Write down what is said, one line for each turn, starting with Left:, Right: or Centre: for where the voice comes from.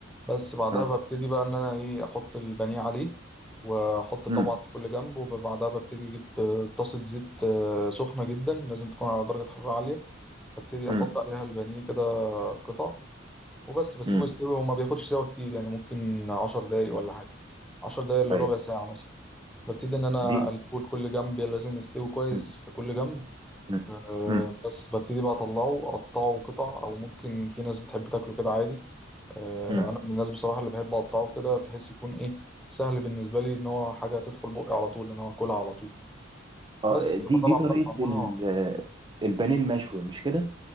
Centre: بس بعدها
Right: اه
Centre: ببتدي بقى ان انا ايه احط البانيه عليه واحط
Right: مم.
Centre: طبعا في كل جنب وبعدها ببتدي اجيب آه، طاسة زيت آه، سخنة جدا لازم تكون على درجة حرارة عالية ببتدي احط
Right: مم.
Centre: عليها البانيه كده قطع وبس بسيبه
Right: مم.
Centre: يستوي وما بياخدش سوا كتير يعني ممكن عشر دقايق
Right: آه.
Centre: ولا حاجة عشر دقايق لربع
Right: ايوه
Centre: ساعة مثلا ببتدي إن أنا
Right: دي
Centre: أقلبه
Right: دي-
Centre: لكل جنب لازم يستوي كويس
Right: مم.
Centre: في كل جنب
Right: مم.
Centre: أه
Right: مم.
Centre: بس ببتدي بقى أطلعه أقطعه قطع أو ممكن في ناس بتحب تاكله كده عادي أه
Right: مم.
Centre: أنا من الناس بصراحة اللي بحب أقطعه كده بحيث يكون إيه سهل بالنسبة لي إن هو حاجة تدخل بقي على طول إن هو أكلها على طول
Right: اه
Centre: بس بتبقى
Right: دي
Centre: طالعة
Right: دي طريقة
Centre: بقى طعمها
Right: ال- البانيه المشوي مش كده